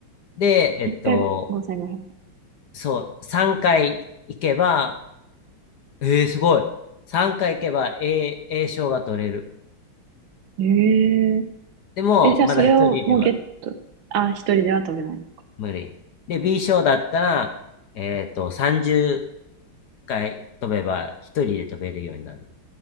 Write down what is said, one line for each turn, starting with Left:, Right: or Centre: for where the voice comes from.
Left: う。で、えっと、
Right: 一回ご5 5 0円。
Left: そう、3回行けば、えー、すごい。3回行けば A、A 賞が取れる。
Right: ええ
Left: でも、
Right: ーえ、じゃあそれをもうゲット。
Left: まだ1人では
Right: あ、一人では食べない。
Left: 無理。で、B 賞だったら、えっと、30回飛べば、1人で飛べるようになる。